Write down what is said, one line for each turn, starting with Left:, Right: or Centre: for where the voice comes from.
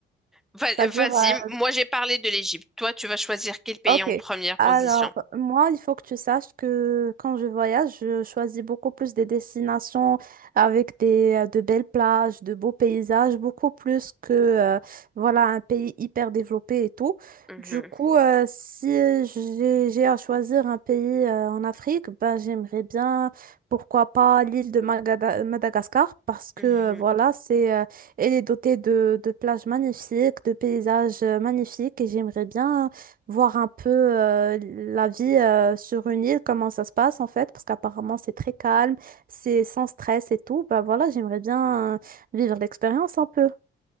Centre: Va-
Right: C'est-à-dire,
Centre: Vas-y,
Right: euh,
Centre: moi j'ai parlé de l'Égypte. Toi, tu vas choisir quel pays
Right: Ok.
Centre: en première position.
Right: Alors, moi, il faut que tu saches que quand je voyage, je choisis beaucoup plus des destinations avec des, euh, de belles plages, de beaux paysages, beaucoup plus que, euh, voilà, un pays hyper développé et tout.
Centre: Mhm,
Right: Du coup, euh, si j'ai, j'ai à choisir un pays, euh, en Afrique, ben, j'aimerais bien, pourquoi pas, l'île de Magada- Madagascar, parce que,
Centre: mhm.
Right: euh, voilà, c'est, euh, elle est dotée de, de plages magnifiques, de paysages euh, magnifiques, et j'aimerais bien voir un peu euh, la vie euh, sur une île, comment ça se passe en fait, parce qu'apparemment c'est très calme, c'est sans stress et tout. Bah voilà, j'aimerais bien euh, vivre l'expérience un peu.